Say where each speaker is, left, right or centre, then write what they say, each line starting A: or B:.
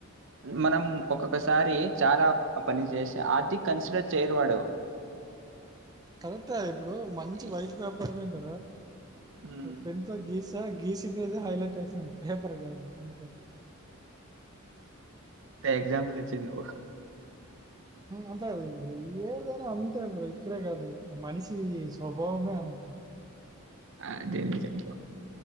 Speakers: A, on the right; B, on the right.
A: మనం ఒక్కొక్కసారి చాలా పని చేసి ఆర్ది కన్సిడర్ చేయరువాడు
B: కరెక్టా ఇప్పుడు ఒక మంచి
A: ఇ
B: వైట్ పేపర్ మీద
A: హ్మ్
B: ఒక పెన్ త గీస్ గీసి అద హైలైట్ అసింది పేపర్ కాదు అంతే
A: ఎక్జాంపుల్ వచ్చ ను్
B: అంతా అది ఏదా అంతా అ బ్ర ఇక్కడే కాదురు మనిష స్వభామే అంత
A: <unintelligible>